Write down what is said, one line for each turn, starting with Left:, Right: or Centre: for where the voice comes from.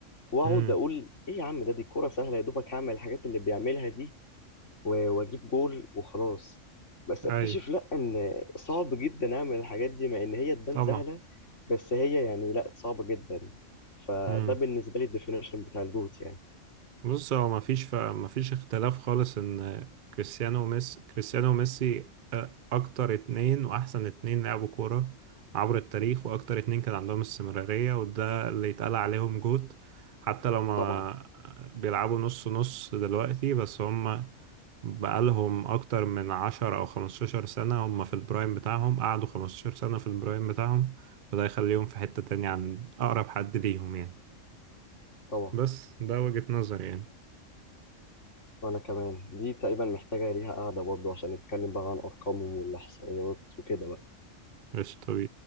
Left: واقعد
Right: امم
Left: اقول ايه يا عم ده دي كوره سهله يا دوبك هعمل الحاجات اللي بيعملها دي و- واجيب جول وخلاص بس اكتشف
Right: اي
Left: لا ان صعب جدا اعمل الحاجات دي مع ان هي تبان
Right: طبعا
Left: سهله بس هي يعني لا صعبه جدا فده
Right: مم.
Left: بالنسبه لي الديفينيشن بتاع الجوت يعني
Right: بص هو ما فيش ف... ما فيش اختلاف خالص ان كريستيانو وميسي كريستيانو وميسي آه، اكتر اتنين واحسن اتنين لعبوا كورة عبر التاريخ واكتر اتنين كان عندهم استمرارية وده اللي يتقال عليهم جوت حتى لو ما
Left: طبعا
Right: بيلعبوا نص نص دلوقتي بس هم بقالهم اكتر من عشر او خمستاشر سنة هم في البرايم بتاعهم قعدوا خمستاشر سنة في البرايم بتاعهم فده يخليهم في حتة تانية عن اقرب حد ليهم يعني
Left: طبعا
Right: بس ده وجهة نظري يعني
Left: وانا كمان دي تقريبا محتاجه ليها قاعده برضه عشان نتكلم بقى عن ارقامهم والاحصائيات وكده بقى
Right: مش طبيعي